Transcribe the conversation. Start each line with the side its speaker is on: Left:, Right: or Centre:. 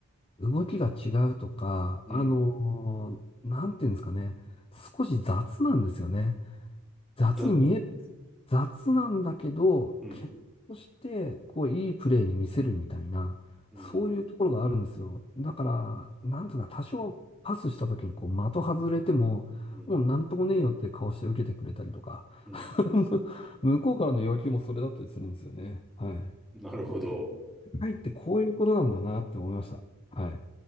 Left: 動きが違うとか、
Centre: うん。
Left: あの、なんていうんですかね。少し雑なんですよね。雑に見える。
Centre: だ、
Left: 雑なんだけど、
Centre: うん。
Left: 結果として、こう、いいプレーに見せるみたいな、
Centre: うん。
Left: そういうところがあるんですよ。だから、なんていうか、多少パスした時に、こう、的外れても、
Centre: うん。
Left: もうなんともねえよって顔して受けてくれたりとか、
Centre: うん。
Left: <laughs> 向こうからの要求もそれだったりするんですよね。はい。
Centre: なるほど。
Left: はいってこういうことなんだなって思いました。はい。